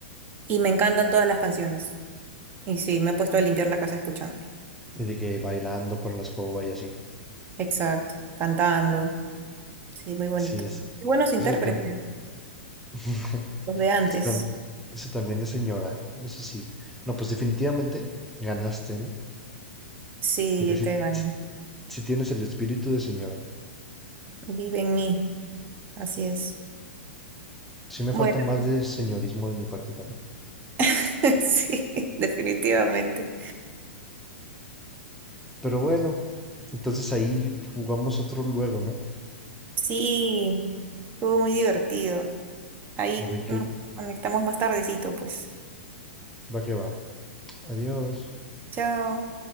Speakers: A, on the right (about 30°); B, in the centre.
A: y me encantan todas las canciones. Y sí, me he puesto a limpiar la casa escuchando.
B: Y de que bailando con la escoba y así.
A: Exacto, cantando. Sí, muy bonito.
B: Sí, es,
A: Y buenos intérpretes,
B: eso, tam- <laughs>
A: los de antes.
B: eso tam- eso también es señora, eso sí. No, pues definitivamente ganaste, ¿no?
A: Sí,
B: Porque sí,
A: te ganan.
B: sí tienes el espíritu de señora.
A: Vive en mí, así es.
B: Sí me
A: Bueno,
B: falta más de señorismo de mi parte también.
A: <laughs> sí, definitivamente.
B: Pero bueno, entonces ahí jugamos otro luego, ¿no?
A: Sí, estuvo muy divertido. Ahí
B: A ver qué
A: nos conectamos más tardecito, pues.
B: va que va. Adiós.
A: Chao.